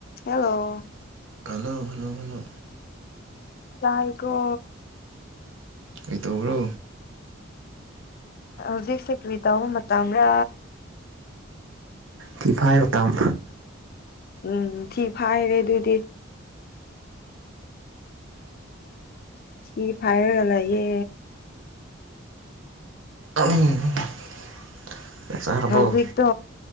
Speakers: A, on the left; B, on the right.
A: ꯍꯜꯂꯣ
B: ꯍꯜꯂꯣ ꯍꯜꯂꯣ ꯍꯜꯂꯣ
A: ꯇꯥꯏꯒꯣ
B: ꯀꯩꯇꯧꯕ꯭ꯔꯣ꯫
A: ꯍꯧꯖꯤꯛꯁꯦ ꯀꯔꯤ ꯇꯧꯕ ꯃꯇꯝꯔ
B: ꯐꯤꯐꯥꯏ ꯃꯇꯝ
A: ꯎꯝ ꯊꯤ ꯐꯥꯏꯔꯦ ꯑꯗꯨꯗꯤ ꯊꯤ ꯐꯥꯏꯔꯒ ꯂꯩꯌꯦ꯫
B: <inaudible> ꯆꯥꯛ ꯆꯥꯔꯕꯣ
A: ꯍꯧꯖꯤꯛꯇꯣ